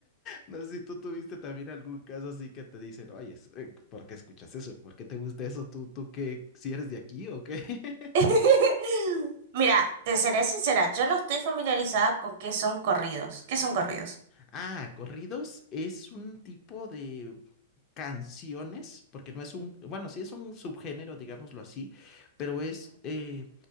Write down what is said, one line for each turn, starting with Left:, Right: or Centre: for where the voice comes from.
Left: no sé si tú tuviste también algún caso así que te dicen, oye, es- eh, ¿por qué escuchas eso? ¿Por qué te gusta eso? ¿Tú, tú qué? ¿Si eres de aquí o qué? <laughs>
Right: <laughs> Mira, te seré sincera, yo no estoy familiarizada con qué son corridos. ¿Qué son corridos?
Left: Ah, corridos es un tipo de canciones, porque no es un... Bueno, sí es un subgénero, digámoslo así, pero es... eh,